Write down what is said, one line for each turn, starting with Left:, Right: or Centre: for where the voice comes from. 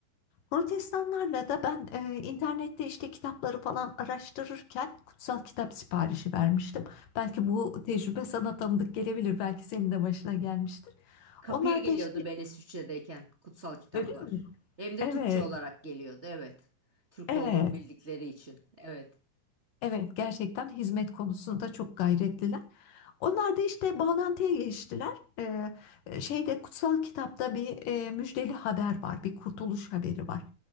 Left: Protestanlarla da ben e, internette işte kitapları falan araştırırken kutsal kitap siparişi vermiştim. Belki bu tecrübe sana tanıdık gelebilir. Belki senin de başına gelmiştir.
Right: Kapıya
Left: Onlar
Right: geliyordu
Left: da işte
Right: ben İsviçre'deyken kutsal kitaplar.
Left: öyle mi?
Right: Hem de
Left: Evet,
Right: Türkçe olarak geliyordu, evet. Türk
Left: evet.
Right: olduğumu bildikleri için, evet.
Left: Evet, gerçekten hizmet konusunda çok gayretliler. Onlar da işte bağlantıya geçtiler. Ee, şeyde kutsal kitapta bir e, müjdeli haber var, bir kurtuluş haberi var.